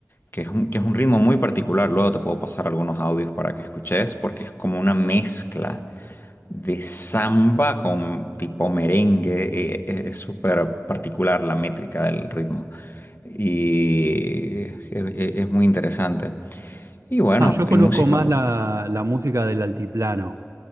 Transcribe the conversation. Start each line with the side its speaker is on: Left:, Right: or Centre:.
Left: que es un, que es un ritmo muy particular. Luego te puedo pasar algunos audios para que escuches, porque es como una mezcla de samba con tipo merengue. eh, eh, es súper particular la métrica del ritmo y es, es- es muy interesante. Y bueno,
Right: ah, yo conozco
Left: y música
Right: más
Left: Sí. mu-
Right: la, la música del altiplano.